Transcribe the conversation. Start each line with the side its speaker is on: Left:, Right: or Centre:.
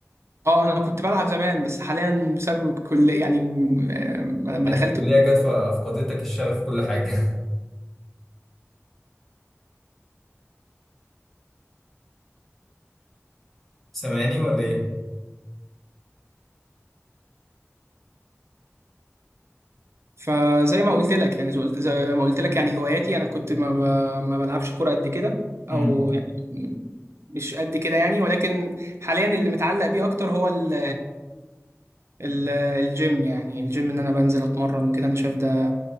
Right: اه انا كنت بلعب زمان بس حاليا بسبب كل يعني م- آه، لما
Centre: يعني
Right: دخلت
Centre: انت الكليه جت فافقدتك الشغف في كل حاجه <laughs> سامعني ولا ايه
Right: فزي ما قلت لك يعني زو- زي ما قلت لك يعني هواياتي انا كنت ما ب- ما بلعبش كوره قد كده
Centre: مم.
Right: او يعني مش قد كده يعني ولكن حاليا اللي متعلق بيه اكتر هو ال ال- الجيم يعني الجيم ان انا بنزل اتمرن وكده انا شايف ده